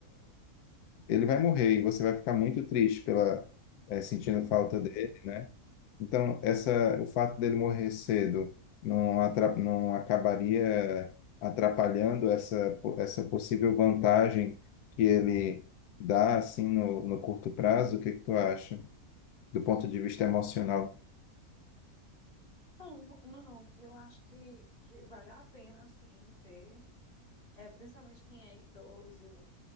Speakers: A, on the left; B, on the left.
A: ele vai morrer e você vai ficar muito triste pela eh, sentindo falta dele, né? Então, essa, o fato dele morrer cedo não, atra, não acabaria atrapalhando essa, po- essa possível vantagem que ele dá assim no, no curto prazo? O que que tu acha, do ponto de vista emocional?
B: Não, não, não, eu acho que, que vale a pena, sim, ter, é, principalmente quem é idoso,